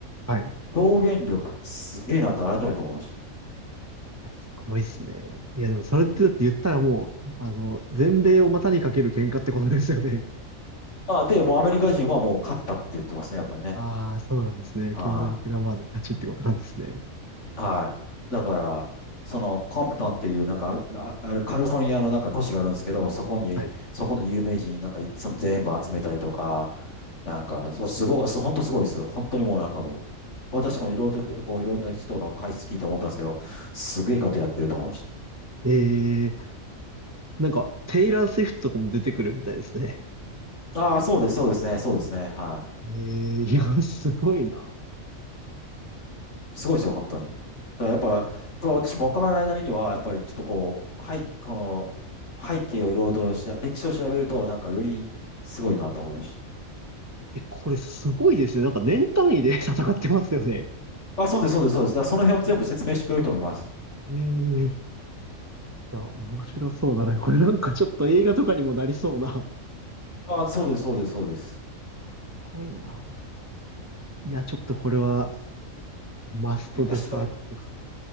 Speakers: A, on the right (about 15°); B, on the left (about 60°).
A: はい。い
B: 表現力すげえなと改めて思いまし
A: や、すごいですね。いや、でもそれってだって言ったらもう、
B: た。うん。
A: あの、全米を股にかける喧嘩ってことですよね。
B: あ、で、もうアメリカ人はもう勝ったって言ってますね、やっぱりね。
A: ああ、そうなんですね。
B: はい。
A: ケンドリック・ラマーの勝ちってことなんですね。
B: はい。だから、そのコンプトンっていうなんかあ、ああるカリフォルニアのなんか都市があるんですけど、そこに、
A: はい。
B: そこの有名人なんかいつも全部集めたりとか、なんか、そうすごい、そう、本当すごいです。本当にもうなんかもう、私もいろいろと、こういろんな人の解説聞いて思ったんですけど、すげえことやってると思いまし
A: ええなんか、テイラー・スウィフトとかも出てくるみたいですね。
B: た。ああ、そうです、そうですね、そうですね、は
A: ええいや、すごいな。
B: い。すごいですよ、本当に。だからやっぱ、
A: いや、
B: やっぱ私もわからないなりには、やっぱりちょっとこう、はい、この、背景をいろいろとした、歴史を調べると、なんかよりすごいなと思いました。
A: え、これすごいですね。なんか年単位で <laughs> 戦ってますよね。
B: あ、そうです、そうです、そうです。だからその辺を全部説明してくれる人もいます。
A: ええいや、面白そうだな。これなんかちょっと映画とかにもなりそうな。
B: あ、そうです、そうです、そうです。
A: 怖いな。いや、ちょっとこれは
B: そうです。
A: マストでサーチです。
B: 一回調べてみてくださ